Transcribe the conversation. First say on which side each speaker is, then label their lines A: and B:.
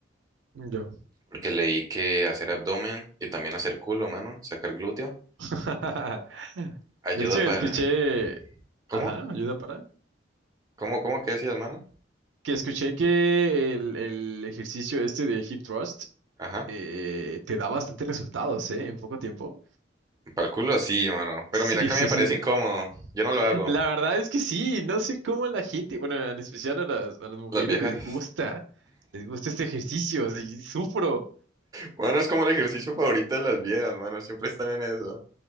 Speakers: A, on the right (about 80°); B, on the right (about 20°).
A: Ya.
B: porque leí que hacer abdomen y también hacer culo, mano, sacar glúteo,
A: <laughs>
B: ayuda
A: De hecho,
B: para...
A: escuché,
B: ¿Cómo?
A: ajá, ayuda para,
B: ¿Cómo? ¿Cómo? ¿Qué decías, mano?
A: que escuché que el, el ejercicio este de hip thrust
B: Ajá.
A: eh, te da bastantes resultados, ¿eh? En poco tiempo.
B: Para el culo sí, mano, pero
A: Sí,
B: mira que
A: <laughs> sí,
B: a mí me parece
A: sí.
B: incómodo, yo no lo hago.
A: La verdad es que sí, no sé cómo la gente, bueno, en especial a las, a las mujeres
B: Las viejas.
A: les gusta, les gusta este ejercicio, sí, sufro.
B: Bueno, es como el ejercicio favorito de las viejas, mano. Siempre están en eso.